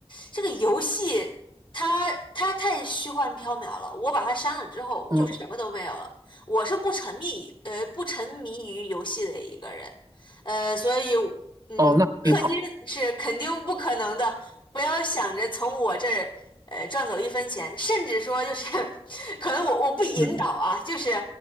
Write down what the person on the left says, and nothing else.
这个游戏，它它太虚幻缥缈了。我把它删了之后，
就什么都没有了。我是不沉迷于呃不沉迷于游戏的一个人，呃，所以。
氪金是肯定不可能的，不要想着从我这儿呃赚走一分钱，甚至说就是 <laughs> 可能我我不引导啊，
就是